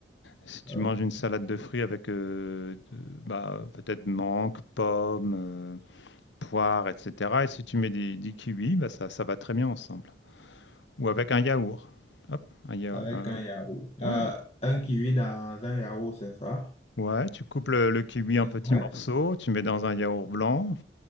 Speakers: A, on the left; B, on the left.
A: Si tu
B: euh,
A: manges une salade de fruits avec euh, de- bah, peut-être mangue, pomme, euh, poire, etc. Et si tu mets des, des kiwis, bah, ça, ça va très bien ensemble. Ou avec un yaourt. Hop, un yaourt.
B: avec
A: un-
B: un yaourt.
A: Ouais.
B: Euh, un kiwi dans un yaourt, c'est ça?
A: Ouais, tu coupes le, le kiwi en
B: Ouais.
A: petits morceaux, tu mets dans un yaourt blanc,